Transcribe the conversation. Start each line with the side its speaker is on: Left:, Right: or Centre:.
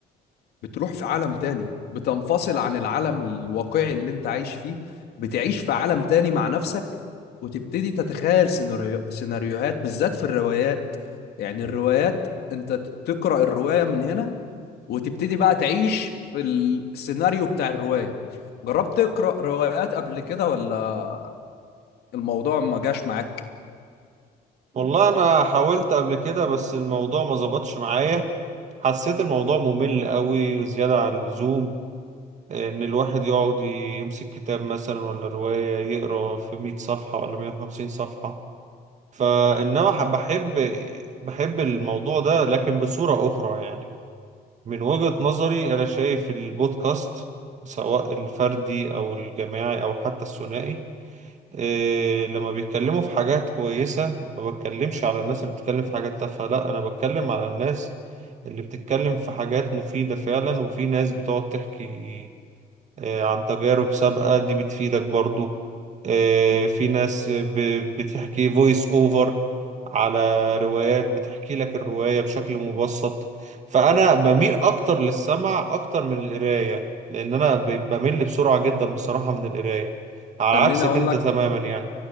Left: بتروح في عالم تاني بتنفصل عن العالم الواقعي اللي انت عايش فيه بتعيش في عالم تاني مع نفسك وتبتدي تتخيل سيناريو... سيناريوهات بالذات في الروايات يعني الروايات انت ت- تقرأ الرواية من هنا وتبتدي بقى تعيش في السيناريو بتاع الرواية جربت تقرأ روايات قبل كده ولا الموضوع ما جاش معاك
Right: والله أنا حاولت قبل كده بس الموضوع ما ظبطش معايا حسيت الموضوع ممل قوي وزيادة عن اللزوم ان الواحد يقعد يمسك كتاب مثلا ولا رواية يقرا في 100 صفحة ولا 150 صفحة فانما ح- بحب بحب الموضوع ده لكن بصورة اخرى يعني من وجهة نظري انا شايف البودكاست سواء الفردي او الجماعي او حتى الثنائي إيه لما بيتكلموا في حاجات كويسة ما بتكلمش على الناس اللي بتتكلم في حاجات تافهة لا انا بتكلم على الناس اللي بتتكلم في حاجات مفيدة فعلا وفي ناس بتقعد تحكي آه، عن تجارب سابقة دي بتفيدك برضو آه، في ناس ب- بتحكي فويس اوفر على روايات بتحكي لك الرواية بشكل مبسط فأنا بميل أكتر للسمع أكتر من القراية لأن أنا ب- بمل بسرعة جدا بصراحة من القراية على
Left: خليني
Right: عكسك
Left: اقول
Right: أنت
Left: لك
Right: تماما يعني